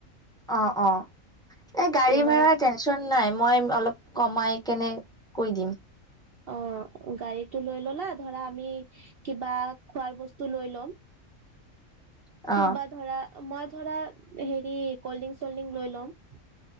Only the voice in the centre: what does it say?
অ'! অ'! এই, গাড়ী
ভাড়াৰ টেনচন নাই। মই অলপ কমাই কেনে কৈ দিম
<unintelligible> অ'।